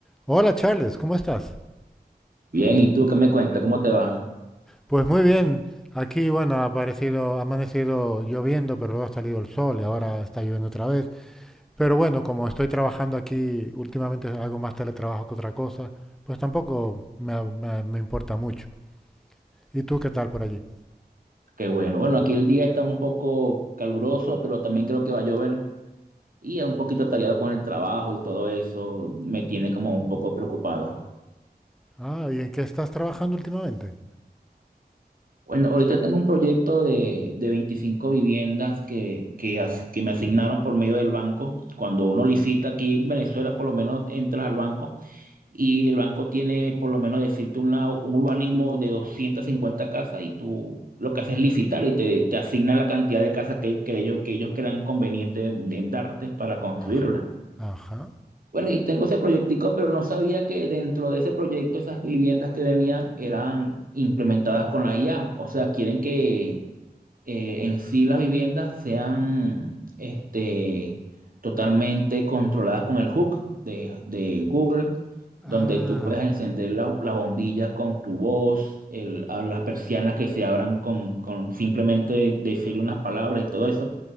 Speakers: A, in the centre; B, on the right.
A: Hola Charles, ¿cómo estás?
B: Bien, ¿y tú qué me cuentas? ¿Cómo te va?
A: Pues muy bien, aquí bueno, ha aparecido, ha amanecido lloviendo, pero luego ha salido el sol y ahora está lloviendo otra vez. Pero bueno, como estoy trabajando aquí, últimamente hago más teletrabajo que otra cosa, pues tampoco me, ha- me me importa mucho. ¿Y tú qué tal por allí?
B: Qué bueno. Bueno, aquí el día está un poco caluroso, pero también creo que va a llover y es un poquito atareado con el trabajo y todo eso me tiene como un poco preocupado.
A: Ah, ¿y en qué estás trabajando últimamente?
B: Bueno, ahorita tengo un proyecto de, de 25 viviendas que, que, as- que me asignaron por medio del banco. Cuando uno licita aquí en Venezuela, por lo menos entras al banco y el banco tiene, por lo menos, decirte una- un urbanismo de 250 casas y tú lo que haces es licitar y te, te asignan la cantidad de casas que, que ellos, que ellos crean conveniente en, en darte para construirla.
A: Aj- Ajá.
B: Bueno, y tengo ese proyectico, pero no sabía que dentro de ese proyecto esas viviendas que venían eran implementadas con la IA. O sea, quieren que eh, en sí las viviendas sean este, totalmente controladas con el hook de, de Google,
A: Ah,
B: donde tú puedes encender la, la bombilla con tu voz, el- a las persianas que se abran con, con simplemente decir unas palabras y todo eso.